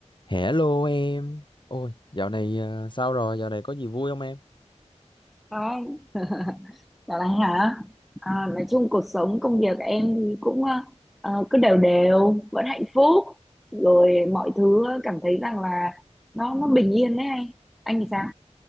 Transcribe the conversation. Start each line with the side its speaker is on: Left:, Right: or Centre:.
Left: Hello em. Ôi, dạo này ờ, sao rồi? Dạo này có gì vui không em?
Centre: Ai, dạo này hả? À, nói chung cuộc sống công việc em thì cũng ờ, ờ, cứ đều đều vẫn hạnh phúc rồi mọi thứ ờ, cảm thấy rằng là nó nó bình yên đấy anh anh thì sao?